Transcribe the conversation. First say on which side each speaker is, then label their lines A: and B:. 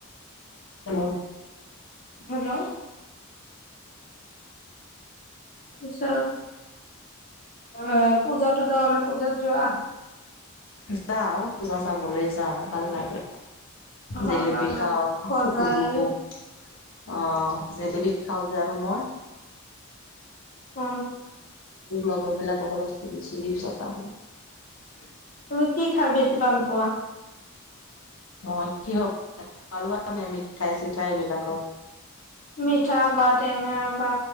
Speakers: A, on the left; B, on the left.
A: অ',
B: হেল্ল' পিছত অ', পূজা তুজা হলে পূজাত যোৱা?
A: যাওঁ পূজা চাবলৈ যাওঁ ভাল লাগে।
B: হয়
A: জেলেপি
B: ভাল লাগে
A: খাওঁ
B: সজাই
A: ফুৰু অ', জেলেপি খাওঁ যে আৰু মই
B: অ
A: লগৰ বিলাকৰ লগত ফুৰি চুৰি পিছত আহোঁ।
B: তুমি কি খাই বেছি ভাল পোৱা?
A: মই কি <unintelligible> নে মিঠাই চিঠাই এইবিলাকৰ।
B: মিঠা বা টেঙা বা